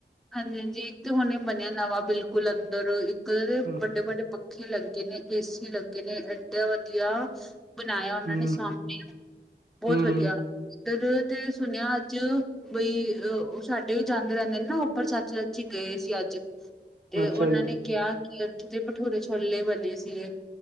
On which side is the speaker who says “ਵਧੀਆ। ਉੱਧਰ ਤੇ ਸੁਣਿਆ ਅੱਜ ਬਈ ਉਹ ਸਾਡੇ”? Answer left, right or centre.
Centre